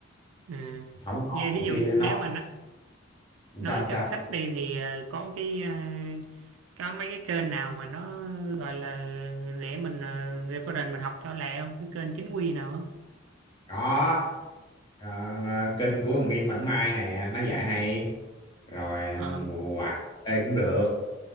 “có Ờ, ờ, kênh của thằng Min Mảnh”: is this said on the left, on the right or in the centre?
Left